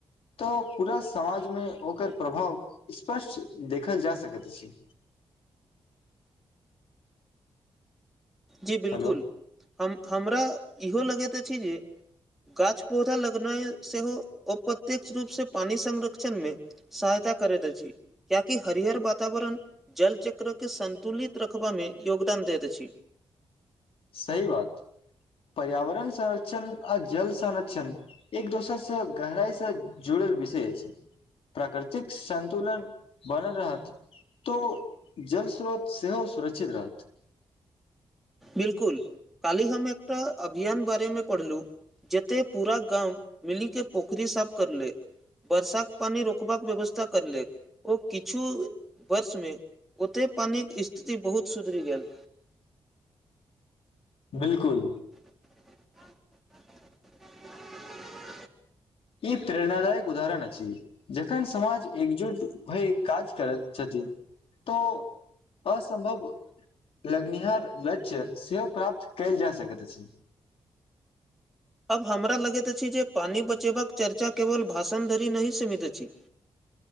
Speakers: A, on the left; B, in the centre.
A: तऽ पूरा समाजमे ओकर प्रभाव स्पष्ट देखल जा सकैत अछि
B: जी बिलकुल
A: हेलो
B: हम हमरा इहो लगैत अछि जे गाछ पौधा लगनाइ सेहो अप्रत्यक्ष रूप से पानी संरक्षण में सहायता करैैत अछि कियाकि हरिहर वातावरण जलचक्रके सन्तुलित रखबामे योगदान दैत अछि
A: सही बात पर्यावरण संरक्षण आ जल संरक्षण एक दोसर स गहराई स जोड़र विषय अछि प्राकृतिक संतुलन बनल रहत तो जल स्रोत सेहो सुरक्षित रहत
B: बिल्कुल काल्हि हम एकटा अभियान बारेमे पढ़लहु जतेक पूरा गाम मिलीके पोखरि साफ करलैक वर्षाक पानी रोकबाक व्यवस्था करलेक ओ किछु वर्ष मे ओते पैनिक स्थिति बहुत सुधरि गेल
A: बिलकुल
B: <inaudible>
A: ई प्रेरणादायक उदाहरण आइछ जखन समाज एकजुट भइ काज करैत छथि तऽ असम्भव लगनिहार लक्ष्य सेहो प्राप्त कयल जा सकै अछि
B: अब हमरा लगैत अछि जे पइन बचेबाक चर्चा केवल भाषण धरि नहि सीमित अछि
A: <inaudible>